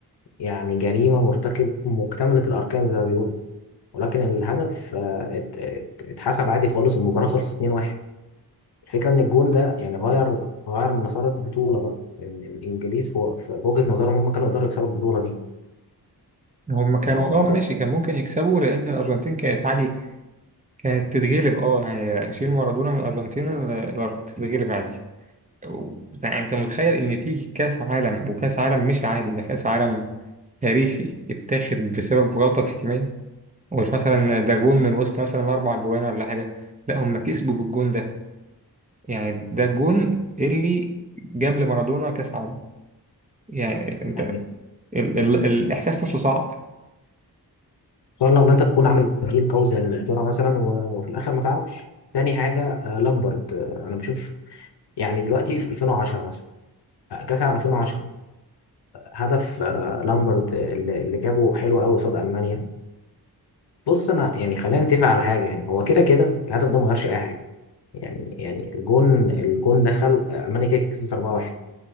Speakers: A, on the left; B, on the right.
A: يعني جريمة مرتكب مكتملة الأركان زي ما بيقولوا ولكن الهدف آه، ات- ات- اتحسب عادي خالص والمباراة خلصت 2-1 الفكرة إن الجون ده يعني غير غير مسار البطولة بقى إن الإنجليز في في وجهة نظرهم هم كانوا يقدروا يكسبوا البطولة دي
B: هم كانوا
A: يعني
B: اه ماشي كان ممكن يكسبوا لان الارجنتين كانت عادي كانت تتغلب اه يعني شيل مارادونا من الارجنتين ال- الارجنتين تتغلب عادي و- يعني انت متخيل ان في كاس عالم وكاس عالم مش عادي ده كاس عالم تاريخي اتاخد بسبب غلطه تحكيميه ومش مثلا ده جون من وسط مثلا اربع جوان ولا حاجه لا هم كسبوا بالجون ده يعني ده الجون اللي جاب لمارادونا كاس عالم يعني انت
A: يعني
B: ال ال الاحساس نفسه صعب
A: خصوصا لو إن أنت تكون عامل جيل قوي زي إنجلترا مثلا و- وفي الآخر ما تعرفش تاني حاجة آه، لامبرت آه، أنا بشوف يعني دلوقتي في 2010 مثلا آه، كأس العالم 2010 هدف آه، لامبرت آه، اللي اللي جابه حلو قوي قصاد ألمانيا بص انا يعني خلينا نتفق على حاجه يعني هو كده كده الهدف ده ما غيرش اي حاجه يعني يعني الجون الجون دخل آه، المانيا كده كده كسبت 4-1